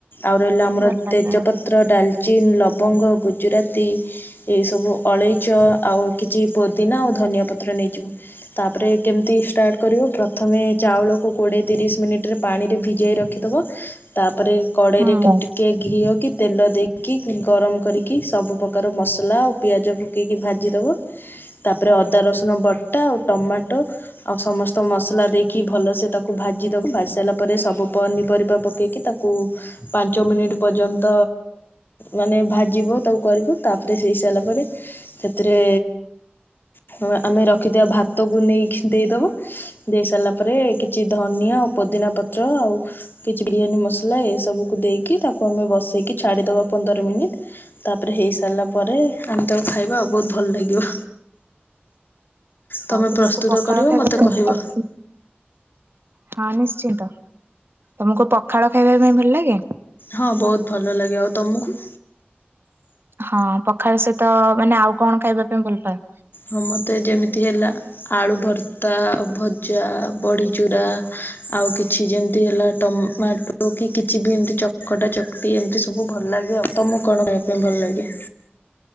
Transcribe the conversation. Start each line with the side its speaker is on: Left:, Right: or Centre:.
Left: ଆଉ ରହିଲା ଆମର
Right: ଭଲ ଲାଗେ
Left: ତେଜପତ୍ର, ଡାଲଚିନ୍, ଲବଙ୍ଗ ଗୁଜୁରାତି ଏଇ ସବୁ ଅଳେଇଚ ଆଉ କିଛି ପୋଦିନା ଆଉ ଧନିଆ ପତ୍ର ନେଇଯିବ। ତାପରେ କେମିତି ଷ୍ଟାର୍ଟ କରିବ, ପ୍ରଥମେ ଚାଉଳକୁ କୋଡିଏ ତିରିଶି ମିନିଟ୍ ରେ ପାଣିରେ ଭିଜାଇ ରଖିଦେବ। ତାପରେ କଡେଇ
Right: ହୁଁ।
Left: ରେ ଟିକେ ଘିଅ କି ତେଲ ଦେଇକି ଗରମ କରିକି ସବୁ ପ ପ୍ରକାର ମସଲା ଆଉ ପିଆଜ ପକେଇ କି ଭାଜି ଦବ। ତାପରେ ଅଦା ରସୁଣ ବଟା ଆଉ ଟମାଟୋ ଆଉ ସମସ୍ ସ୍ତ ମସଲା ଦେଇକି ଭଲସେ ତାକୁ ଭାଜିଦବ। ଭାଜି ସାରିଲା ପରେ ସବୁ ପନିପରିବା ପକେଇକି ତାକୁ ପାଞ୍ଚ ମିନିଟି ପର୍ଯ୍ୟନ୍ତ ମାନେ ଭାଜିବ ତାକୁ କରିବ, ତାପରେ ହେଇସାରିଲା ପରେ ସେଥିରେ ହଁ ଆମେ ରଖିଥିବା ଭାତକୁ ନେଇକି ଦେଇଦେବ। ଦେଇ ସାରିଲା ପରେ କିଛି ଧନିଆ ଆଉ ପୋଦିନା ପତ୍ର ଆଉ କିଛି ବିରିୟାନୀ ମସଲା ଏ ସବୁକୁ ଦେଇକି ତାକୁ ଆମେ ବସେଇକି ଛାଡିଦବା ପନ୍ଦର ମିନିଟି। ତାପରେ ହେଇ ସାରିଲା ପରେ ଆମେ ତାକୁ ଖାଇବା ବହୁତ ଭଲ ଲାଗିବ। ତମେ
Right: ଆଉ ତୁମକୁ
Left: ପ୍ରସ୍ତୁତ
Right: ପଖାଳ
Left: କରିବ
Right: ଖାଇବାକୁ
Left: ମୋତେ କହିବ
Right: <unintelligible> ହଁ ନିଶ୍ଚିନ୍ତ। ତମକୁ ପଖାଳ ଖାଇବା ପାଇଁ ଭଲ ଲାଗେ?
Left: ହଁ ବହୁତ ଭଲ ଲାଗେ। ଆଉ ତମକୁ?
Right: ହଁ। ପଖାଳ ସହିତ ମାନେ ଆଉ କଣ ଖାଇବା ପାଇଁ ଭଲ ପାଓ?
Left: ହଁ ମତେ ଯେମିତି ହେଲା ଆଳୁ ଭର୍ତ୍ତା, ଭଜା, ବଡି ଚୂୁରା ଆଉ କିଛି ଯେମିତି ହେଲା ଟମାଟୋ କି କିଛି ଭେଣ୍ଡି ଚକଟା ଚକଟି ଏମିତି ସବୁ ଭଲ ଲାଗେ ଆଉ। ତମକୁ କଣ ଖାଇବା ପାଇଁ ଭଲ ଲାଗେ?